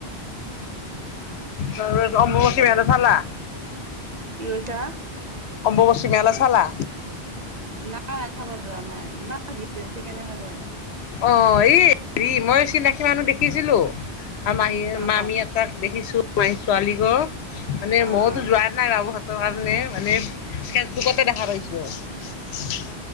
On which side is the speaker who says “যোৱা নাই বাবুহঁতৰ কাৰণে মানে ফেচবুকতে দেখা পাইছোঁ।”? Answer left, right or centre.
Left